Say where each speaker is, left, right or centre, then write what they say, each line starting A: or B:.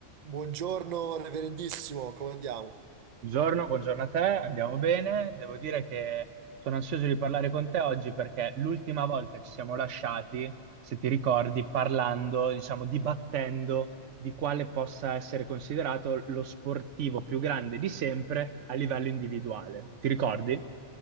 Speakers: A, on the right (about 50°); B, on the right (about 75°).
A: Buongiorno, reverendissimo, come andiamo?
B: Buongiorno, buongiorno a te, andiamo bene. Devo dire che sono ansioso di parlare con te oggi perché l'ultima volta ci siamo lasciati, se ti ricordi, parlando, diciamo, dibattendo di quale possa essere considerato lo sportivo più grande di sempre a livello individuale. Ti ricordi?